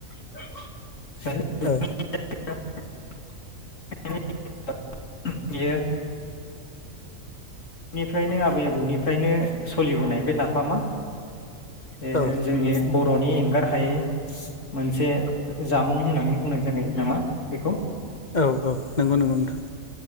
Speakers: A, on the left; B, on the left.
A: <unintelligible>
B: औ
A: <unintelligible> बेयो बेनिफ्रायनो आबै आबौनिफ्रायनो सलिबोनाय बे नाफामा बे
B: औ
A: जोंनि। बर'नि एंगार हायै मोनसे जामुं होननानै बुंनाय जाबाय नामा बेखौ।
B: औ औ नंगौ नंगौ नोंथां